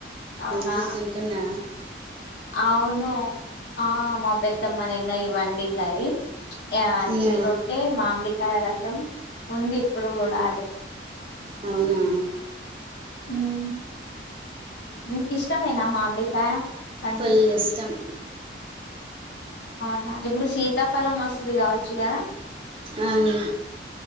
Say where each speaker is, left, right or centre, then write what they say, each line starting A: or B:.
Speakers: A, on the left (about 80°); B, on the right (about 30°).
A: అవునా
B: మీరు తింటున్నా
A: అవును ఆ మా పెద్దమ్మ నిన్న ఇవి వండింది అవి. యా అది
B: మ్మ్
A: రొట్టె మామిడి క రసం ఉంది ఇప్పుడు కూడా అదే
B: అవునా
A: మ్ మీకిష్టమేనా మామిడికాయ? పండు
B: ఫుల్ ఇష్టష్టం
A: అవునా ఇప్పుడు సీతాఫలం వస్తుది కావచ్చు కదా
B: అవును